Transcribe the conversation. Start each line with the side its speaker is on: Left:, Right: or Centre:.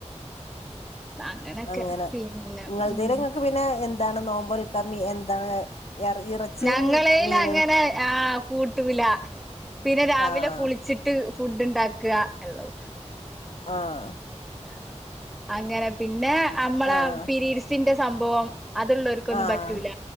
Centre: അങ്ങനൊക്കെ
Left: അങ്ങനെ
Centre: പിന്നെ
Left: ഇങ്ങളതീല്
Centre: ഉം
Left: ഇങ്ങക്ക് പിന്നെ എന്താണ് നോമ്പോൽ കമ്മി എന്താണ് എർ ഇറച്ചിയും
Centre: ഞങ്ങളേല
Left: മീനും
Centre: അങ്ങനെ ആ കൂട്ടൂല പിന്നെ രാവിലെ
Left: ആഹ്
Centre: കുളിച്ചിട്ട് ഫുഡ് ഉണ്ടാക്കുക എള്ളോ
Left: ആഹ
Centre: ആ അങ്ങനെ പിന്നെ അമ്മള
Left: ആഹ്
Centre: പിീരീഡ്സിന്റെ സംഭവം അത്ള്ളാർക്കൊന്നും
Left: ആഹ്
Centre: പറ്റൂല